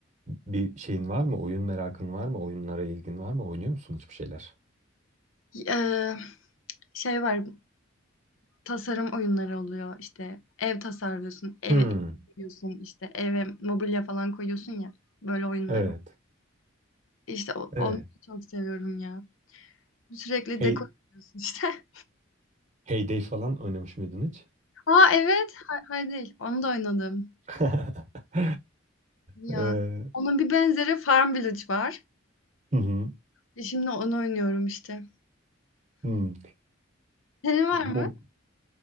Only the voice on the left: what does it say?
<laughs> Eee, şey var Tasarım oyunları oluyor, işte, ev tasarlıyorsun, ev
yapıyorsun, işte, eve mobilya falan koyuyorsun ya, böyle oyunlar.
var. İşte, o
onu çok seviyorum ya. Sürekli
dekor yapıyorsun işte.
<laughs> A, evet! Hay Hay değil, onu da oynadım.
Ya,
onun bir benzeri Farm Village var.
E, şimdi onu oynuyorum işte.
Senin var mı?